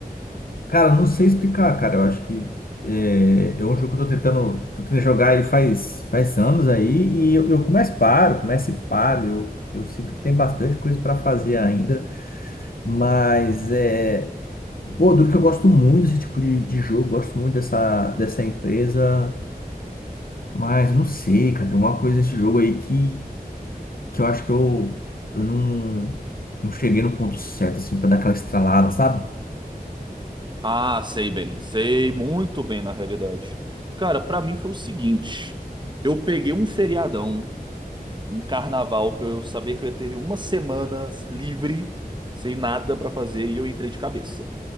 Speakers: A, on the left; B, on the right.
A: Cara, não sei explicar, cara. Eu acho que é, é um jogo que eu tô tentando, tô tentando jogar ele faz, faz anos aí e eu, eu começo e paro, começo e paro. Eu, eu sinto que tem bastante coisa pra fazer ainda, mas é. Pô, duro que eu gosto muito desse tipo de, de jogo, gosto muito dessa, dessa empresa, mas não sei, cara. Tem uma coisa nesse jogo aí que, que eu acho que eu, eu não, não cheguei no ponto certo, assim, pra dar aquela estralada, sabe?
B: Ah, sei bem. Sei muito bem, na realidade. Cara, pra mim foi o seguinte. Eu peguei um feriadão, um carnaval, que eu sabia que eu ia ter uma semana livre, sem nada pra fazer, e eu entrei de cabeça.